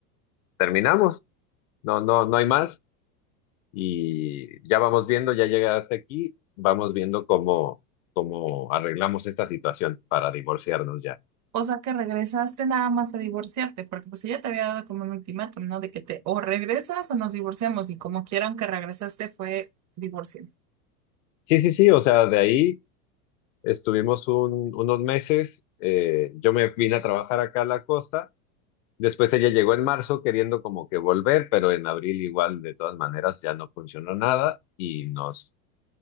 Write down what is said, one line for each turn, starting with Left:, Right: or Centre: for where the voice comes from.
Left: terminamos, no, no, no hay más. y ya vamos viendo, ya llegaste aquí, vamos viendo cómo, cómo arreglamos esta situación para divorciarnos ya.
Right: O sea que regresaste nada más a divorciarte, porque pues ella te había dado como un ultimátum, ¿no? De que te o regresas o nos divorciamos, y como quieran que regresaste fue divorcio.
Left: Sí, sí, sí, o sea, de ahí estuvimos un- unos meses, eh, yo me vine a trabajar acá a la costa, después ella llegó en marzo queriendo como que volver, pero en abril igual de todas maneras ya no funcionó nada y nos,